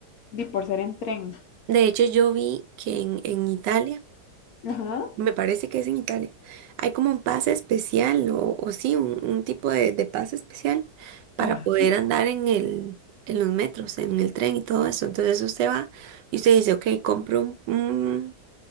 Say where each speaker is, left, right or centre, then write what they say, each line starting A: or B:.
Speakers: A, on the left (about 65°); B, on the right (about 85°).
A: di- por ser en tren.
B: De hecho, yo vi que en, en Italia
A: Ajá.
B: Me parece que es en Italia. Hay como un pase especial o, o sí, un, un tipo de, de pase especial para
A: Ah,
B: poder andar en el, en los metros, en el tren y todo eso. Entonces usted va y usted dice, ok, compro un, un,